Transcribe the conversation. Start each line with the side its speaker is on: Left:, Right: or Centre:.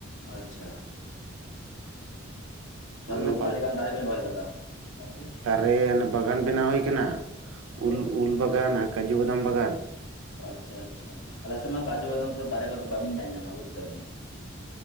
Left: ᱟᱪᱪᱷᱟ
Right: ᱢᱟᱱᱮ
Left: ᱟᱫᱚ ᱚᱠᱟ ᱞᱮᱠᱟᱱ ᱫᱟᱨᱮ ᱵᱮᱱ ᱨᱚᱦᱚᱭ ᱠᱟᱫᱟ ᱜᱚᱝᱠᱮ?
Right: ᱟᱨᱮ ᱵᱟᱜᱟᱱ ᱵᱮᱱᱟᱣ ᱦᱳᱭ ᱠᱟᱱᱟ,
Left: ᱚ
Right: ᱩᱞ-ᱩᱞ ᱵᱟᱜᱟᱱ ᱟᱨ ᱠᱟᱡᱩ ᱵᱟᱫᱟᱢ ᱵᱟᱜᱟᱱ᱾
Left: ᱟᱪᱪᱷᱟ ᱟᱪᱪᱷᱟ ᱟᱞᱮ ᱥᱮᱱ ᱢᱟ ᱠᱟᱡᱩ ᱵᱟᱫᱟᱢ ᱛᱚ ᱫᱟᱨᱮ ᱠᱚᱫᱚ ᱵᱟᱵᱤᱱ ᱧᱮᱞ ᱧᱟᱢᱟ, ᱵᱩᱡ ᱫᱟ ᱵᱤᱱ᱾